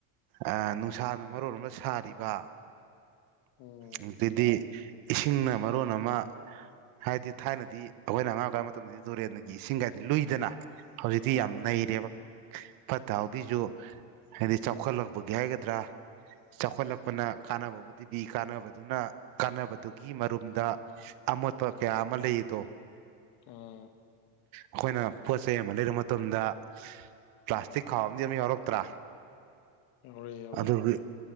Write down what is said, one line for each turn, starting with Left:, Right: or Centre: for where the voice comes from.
Right: ꯑ ꯅꯨꯡꯁꯥꯅ ꯃꯔꯣꯟ ꯑꯃ ꯁꯥꯔꯤꯕ
Left: ꯎꯝ
Right: ꯑꯗꯨꯗꯤ ꯏꯁꯤꯡꯅ ꯃꯔꯣꯟ ꯑꯃ ꯍꯥꯏꯗꯤ ꯊꯥꯏꯅꯗꯤ ꯑꯩꯈꯣꯏꯅ ꯑꯉꯥꯡ ꯑꯣꯏꯀꯕ ꯃꯇꯝꯗꯗꯤ ꯇꯨꯔꯦꯟꯒꯤ ꯏꯁꯤꯡ ꯀꯥꯏꯗꯤ ꯂꯨꯏꯗꯅ ꯍꯧꯖꯤꯛꯇꯤ
Left: ꯑꯥ
Right: ꯌꯥꯝ ꯅꯩꯔꯦꯕꯥ ꯐꯠꯇ ꯍꯥꯎꯊꯤꯁꯨ ꯍꯥꯏꯗꯤ ꯆꯥꯎꯈꯠꯂꯛꯄꯒꯤ ꯍꯥꯏꯒꯗ꯭ꯔꯥ ꯆꯥꯎꯈꯠꯂꯛꯄꯅ ꯀꯥꯅꯕꯕꯨꯗꯤ ꯄꯤ ꯀꯥꯅꯕꯗꯨꯅ ꯀꯥꯟꯅꯕꯗꯨꯒꯤ ꯃꯔꯨꯝꯗ ꯑꯃꯣꯠ ꯄ ꯀꯌꯥ ꯑꯃ ꯂꯩꯗꯣ
Left: ꯎꯝ
Right: ꯑꯩꯈꯣꯏꯅ ꯄꯣꯠ ꯆꯩꯩ ꯑꯃ ꯂꯩꯔꯨ ꯃꯇꯝꯗ ꯄ꯭ꯂꯥꯁꯇꯤꯛ ꯈꯥꯎ ꯑꯃꯗꯤ ꯑꯃ ꯌꯥꯎꯔꯛꯇ꯭ꯔꯥ
Left: ꯌꯥꯎꯔꯛꯑꯦ ꯌꯥꯎꯔꯛꯑꯦ
Right: ꯑꯗꯨꯒꯤ